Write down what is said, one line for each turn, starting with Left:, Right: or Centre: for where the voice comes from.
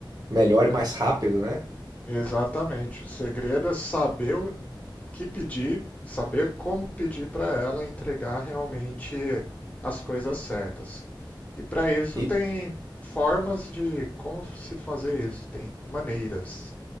Right: melhor e mais rápido, né?
Left: Exatamente. O segredo é saber o que pedir, saber como pedir para ela entregar realmente as coisas certas. E para isso
Right: E
Left: tem formas de como se fazer isso, tem maneiras.